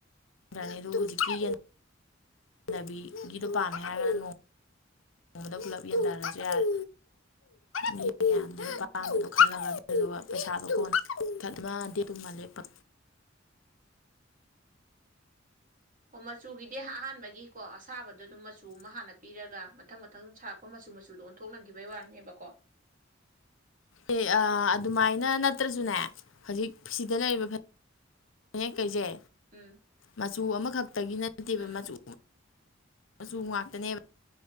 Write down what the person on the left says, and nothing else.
<unintelligible> <inaudible> ꯌꯦꯟꯗꯕꯤꯒꯤꯗꯣ ꯄꯥꯝꯗꯦ ꯍꯥꯏꯔꯒꯅ ꯅꯣꯡ ꯃꯗ <unintelligible> ꯄꯨꯂꯞ ꯌꯦꯟꯊꯔꯁꯨ ꯌꯥꯔꯦ ꯃꯌꯥꯝꯗꯩ
ꯑꯄꯥꯝꯕꯗꯣ ꯈꯜꯂꯒ ꯑꯗꯨꯗꯨꯒ ꯄꯩꯁꯥꯗꯣ ꯀꯣꯟ ꯇꯞꯅ ꯗꯦꯠꯇꯨꯃ ꯂꯦꯞꯄ
ꯑꯦ ꯑꯥ ꯑꯗꯨꯃꯥꯏꯅ ꯅꯠꯇ꯭ꯔꯖꯨꯅꯦ ꯍꯧꯖꯤꯛ ꯁꯤꯗ ꯂꯩꯔꯤꯕ ꯅꯦ ꯀꯩꯖꯦ
ꯃꯆꯨ ꯑꯃꯈꯛꯇꯒꯤ ꯅꯠꯇꯦꯕ
ꯃꯆꯨ ꯃꯆꯨ ꯉꯥꯛꯇꯅꯦꯕ